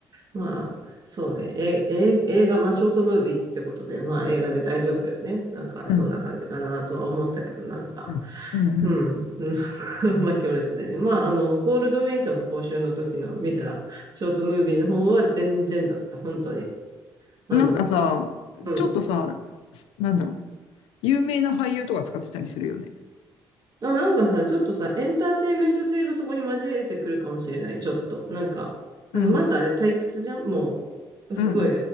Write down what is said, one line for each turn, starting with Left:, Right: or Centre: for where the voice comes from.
Right: まあ、そうね。え、え、映画、まあ、ショートムービーってことで、まあ、映画で大丈夫だよね。なんか、
Left: うん、
Right: そんな感じかな、とは思ったけど、なんか、
Left: うん、うん、
Right: うん。<laughs> なんか <laughs> まあ、強烈でね。まあ、あの、ゴールド免許の講習の時の見たショートムービーの方は全然だった。本当に。あの、
Left: うん。なんかさ、
Right: うん。
Left: ちょっとさ、すなんだろう、有名な俳優とか使ってたりするよね。
Right: あ、なんかさ、ちょっとさ、エンターテインメント性がそこに混じれてくるかもしれない、ちょっと。なんか、あの、
Left: うん、
Right: まずあれ退屈じゃんもう、
Left: うん、
Right: すごい、
Left: うん、